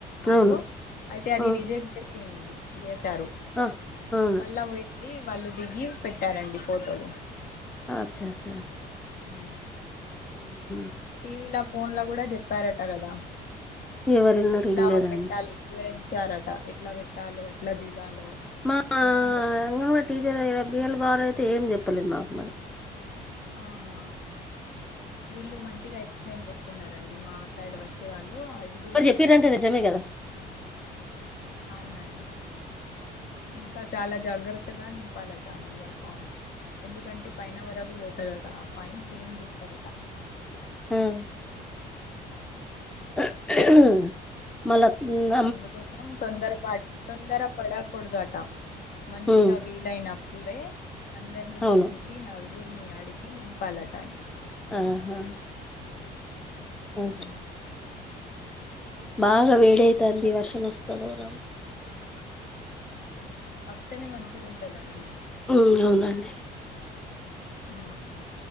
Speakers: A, on the left; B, in the centre.
A: వాళ్ళు
B: అవును
A: అయితే అది
B: ఆ
A: రిజెక్ట్ చేసిం చేశారు
B: ఆ అవును
A: మళ్ళా వెళ్ళి వాళ్ళు దిగి పెట్టారండి ఫోటోలు
B: అచ్చ చ
A: ఉ
B: ఆహ
A: టీవీల ఫోన్ ల కూడా చెప్పారట కదా
B: ఎవరున్నారు
A: ఇట్లా
B: ఇల్లేదండి
A: పెట్టాలి వివరించారట ఎట్లా పెట్టాలో ఎట్లా దిగాలో
B: మా
A: ఏమేమి రాయాలో
B: అంగన్వాడి టీచర్ ఇడ బిఎల్ ఓ గారు అయితే ఏం చెప్పలేదు మాకు మరి
A: ఆహా వీళ్ళు మంచిగా ఎక్స్‌ప్లెయిన్ చేస్తున్నారండి మా సైడ్ వచ్చే వాళ్ళు
B: వారి
A: వస్తున్నారు
B: చెప్పిరంటే నిజమే కదా
A: అవును అండి ఇంకా చాలా జాగ్రత్తగా నింపాలట అండి ఆ ఫామ్ ఎందుకంటే పైన వరకు పోతదట పైన సీఎం చూస్తారట
B: కదా <unintelligible> మళ్ల ఉం
A: అందుకోసం తొందర ప తొందర పడకూడదట మంచిగా
B: ఉమ్
A: అవి ఇల అయినప్పుడే అందరిని
B: అవును
A: చూసి నలుగురిని అడిగి నింపాలట అండి
B: ఆహా ఓ
A: ఉమ్.
B: బాగా వేడైతాంది
A: అట్లా
B: వర్షం వస్తదో రాదో
A: వస్తనే మంచిగా ఉంటదండి
B: ఉమ్ అవునండి
A: అ